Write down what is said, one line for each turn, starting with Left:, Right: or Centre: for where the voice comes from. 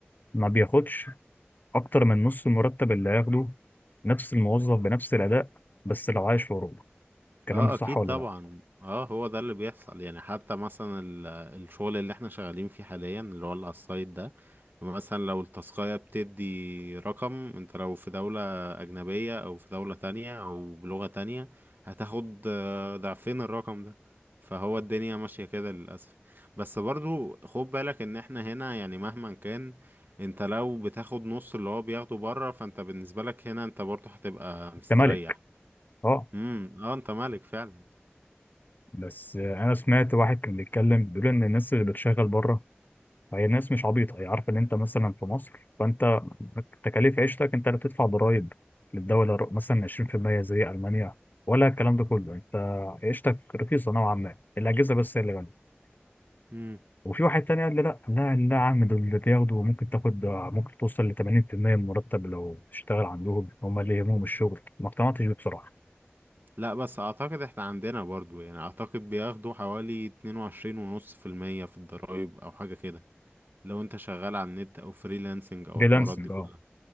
Left: ما بياخدش أكتر من نص المرتب اللي هياخده نفس الموظف بنفس الأداء بس لو عايش في أوروبا الكلام
Right: اه
Left: ده صح
Right: اكيد
Left: ولا
Right: طبعا
Left: لأ؟
Right: اه هو ده اللي بيحصل يعني حتى مثلا ال- الشغل اللي احنا شغالين فيه حاليا اللي هو اللي على السايت ده مثلا لو التاسكاية بتدي رقم انت لو في دولة اجنبية او في دولة تانية او بلغة تانية هتاخد آه، ضعفين الرقم ده فهو الدنيا ماشية كده للأسف بس برضو خد بالك ان احنا هنا يعني مهما كان انت لو بتاخد نص اللي هو بياخده بره فانت بالنسبة لك هنا انت برضو هتبقى مستريح
Left: أنت مالك أه
Right: امم اه انت مالك فعلا
Left: بس آه، أنا سمعت واحد كان بيتكلم بيقول إن الناس اللي بتشتغل بره فهي الناس مش عبيطة هي عارفة إن أنت مثلا في مصر فأنت تكاليف عيشتك أنت اللي بتدفع ضرايب للدولة ر- مثلا 20% زي ألمانيا ولا الكلام ده كله
Right: مم.
Left: أنت عيشتك رخيصة نوعا ما الأجهزة بس هي اللي غالية
Right: مم.
Left: وفي واحد تاني قال لي لا لا لا يا عم دول اللي بياخدوا ممكن تاخد ممكن توصل ل 80% من المرتب لو تشتغل عندهم هم اللي يهمهم الشغل ما اقتنعتش بيه بصراحة
Right: لا بس اعتقد احنا عندنا برضو يعني اعتقد بياخدوا حوالي 22 ونص في المية في الضرايب او حاجة كده لو انت شغال على النت او فريلانسنج او
Left: فريلانسنج
Right: الحوارات دي كلها
Left: اه